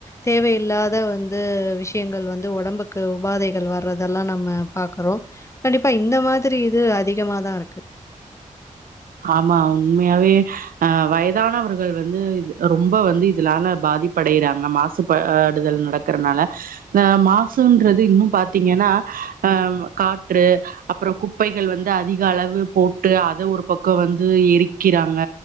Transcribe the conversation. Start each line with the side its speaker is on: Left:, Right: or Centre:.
Left: தேவையில்லாத வந்து விஷயங்கள் வந்து ஒடம்புக்கு உபாதைகள் வர்றதெல்லா நம்ம பாக்குறோ கண்டிப்பா இந்த மாதிரி இது அதிகமாதா ருக்கு
Right: ஆமா உண்மையாவே அ வயதானவர்கள் வந்து இது ரொம்ப வந்து இதுலால பாதிப்படையறாங்க மாசுப அ டுதல் நடக்கறனால அ மாசுன்றது இன்னு பாத்தீங்கென்னா அ ம் காற்று அப்புறோ குப்பைகள் வந்து அதிக அளவு போட்டு அத ஒரு பக் கோ வந்து எரிக்கிறாங்க